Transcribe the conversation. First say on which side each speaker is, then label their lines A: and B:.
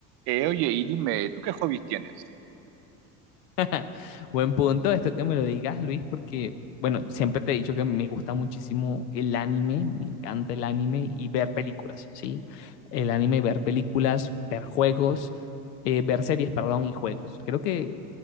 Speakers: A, on the right; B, on the left.
A: Eh, oye, y dime, ¿tú qué hobbies tienes?
B: <laughs> Buen punto, esto que me lo digas, Luis, porque, bueno, siempre te he dicho que me gusta muchísimo el anime, me encanta el anime y ver películas, ¿sí? El anime, ver películas, ver juegos, eh, ver series, perdón, y juegos. Creo que